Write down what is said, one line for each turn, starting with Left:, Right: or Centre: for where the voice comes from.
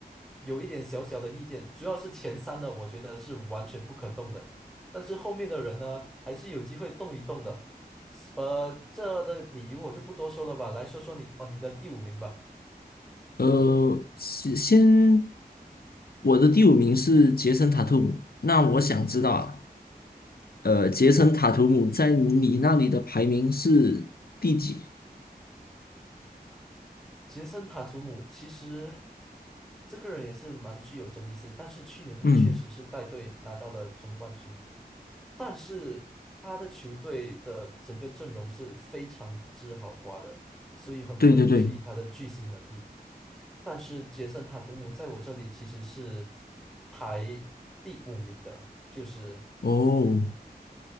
Centre: 有一点小小的意见，主要是前三的，我觉得是完全不可动的，但是后面的人呢，还是有机会动一动的。呃，这的理由我就不多说了吧，来说说你哦，你的第五名吧。
Left: 呃，先先，我的第五名是杰森·塔图姆。那我想知道啊，呃，杰森·
Centre: 嗯，
Left: 塔图姆在你那里的排名是第几？
Centre: 杰森塔图姆其实这个人也是蛮具有争议性，但是去年他确实是带队拿到了总冠军。
Left: 嗯，
Centre: 但是他的球队的整个阵容是非常之豪华的，所以很多人质疑他的巨星能力。
Left: 对对对，
Centre: 但是杰森·塔图姆在我这里其实是排第五名的，就是
Left: 哦，